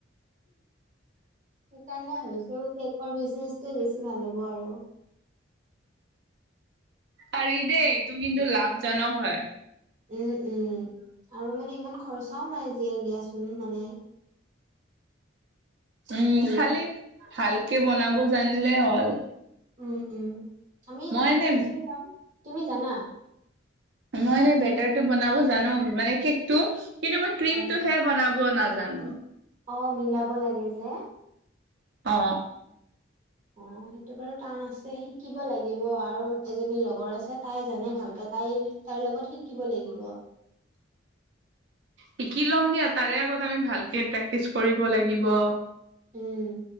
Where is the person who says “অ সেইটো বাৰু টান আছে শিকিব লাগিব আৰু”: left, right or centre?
Right